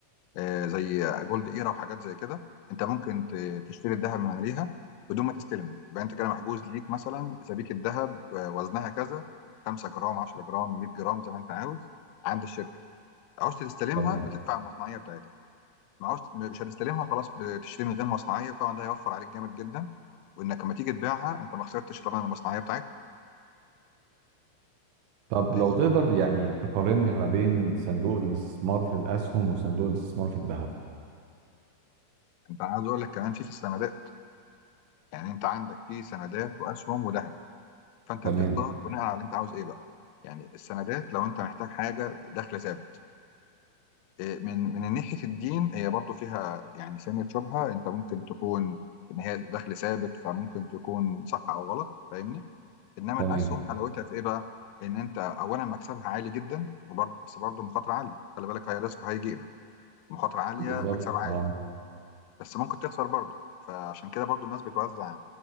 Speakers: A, on the left (about 85°); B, on the right (about 75°).
A: آه، زي جولد ايرا وحاجات زي كده انت ممكن ت- تشتري الذهب من عليها بدون ما تستلمه يبقى انت كده محجوز ليك مثلا سبيكة ذهب آه، وزنها كذا 5 جرام 10 جرام 100 جرام زي ما انت عاوز عند الشركة عاوز تستلمها
B: تمام
A: بتدفع المصنعية بتاعتها معوش مش هتستلمها خلاص بتشتري من غير مصنعيه طبعا ده هيوفر عليك جامد جدا وانك لما تيجي تبيعها انت ما خسرتش طبعا المصنعيه بتاعتها
B: طب
A: آه،
B: لو تقدر يعني تقارن ما بين صندوق الاستثمار في الاسهم وصندوق الاستثمار في الذهب
A: انت عايز اقول لك كمان في في السندات يعني انت عندك في سندات واسهم وذهب فانت
B: تمام
A: بتختار بناء على اللي انت عاوز ايه بقى يعني السندات لو انت محتاج حاجه دخل ثابت آه، من من ناحيه الدين هي برضو فيها يعني سنه شبهه انت ممكن تكون ان هي دخل ثابت فممكن تكون صح او غلط فاهمني انما
B: تمام
A: الاسهم حلاوتها في ايه بقى ان انت اولا مكسبها عالي جدا وبرضه بس برضه مخاطره عاليه خلي بالك هاي ريسك هاي جيم مخاطره عاليه
B: بالظبط
A: مكسب عالي
B: اه
A: بس ممكن تخسر برضه فعشان كده برضه الناس بتوزع